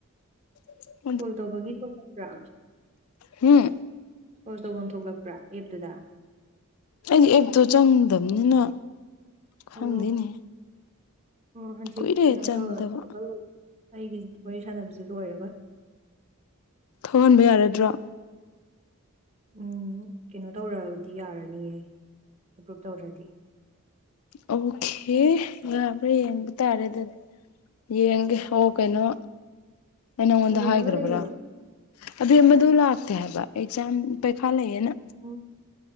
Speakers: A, on the left; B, on the right.
A: <inaudible>
B: ꯀꯣꯜ ꯇꯧꯕꯒꯤꯗꯣ <inaudible> ꯂꯛꯄ꯭ꯔꯥ?
A: ꯍꯨꯝ
B: ꯀ‌ꯣꯜ ꯇꯧꯐꯝ ꯊꯣꯛꯂꯛꯄ꯭ꯔꯥ ꯑꯦꯞ ꯇꯨꯗꯥ?
A: ꯑꯩꯗꯤ ꯑꯦꯞꯇꯣ ꯆꯪꯗꯕꯅꯤꯅ ꯈꯪꯗꯦꯅꯦ
B: ꯑꯣ ꯑꯣ ꯍꯟꯆꯤꯛ
A: ꯀꯨꯏꯔꯦ
B: ꯀꯩꯅꯣ
A: ꯆꯪꯗꯕ
B: ꯇꯧꯔ‌ꯥ ꯊꯣꯛꯍꯟ ꯂꯣꯏꯒꯦ ꯑꯩꯒꯤ <inaudible> ꯋꯥꯔꯤ ꯁꯥꯟꯅꯕꯁꯦ ꯂꯣꯏꯔꯒ꯫
A: ꯊꯣꯛꯍꯟꯕ ꯌꯥꯔꯗ꯭ꯔꯣ?
B: ꯎꯝ ꯀꯩꯅꯣ ꯇꯧꯔꯑꯒꯥꯗꯤ ꯌꯥꯔꯅꯤꯌꯦ ꯑꯦꯄ꯭ꯔꯨꯞ ꯇꯧꯗ꯭ꯔꯗꯤ
A: ꯑꯧꯈꯦ ꯌꯥꯕ꯭ꯔ ꯌꯦꯡꯕ ꯇꯥꯔꯦꯗ ꯌꯦꯡꯒꯦ ꯍꯣ ꯀꯩꯅꯣ ꯑꯩ ꯅꯪꯉꯣꯟꯗ
B: ꯔꯦꯝꯃꯒ
A: ꯍꯥꯏꯈ꯭ꯔꯕꯔꯣ
B: ꯂꯩꯔꯤꯔꯣ
A: ꯑꯕꯦꯝꯃꯗꯨ ꯂꯥꯛꯇꯦ ꯍꯥꯏꯕ ꯑꯦꯛꯖꯥꯝ ꯄꯩꯈꯥ ꯂꯩꯌꯦꯅ
B: ꯑꯣ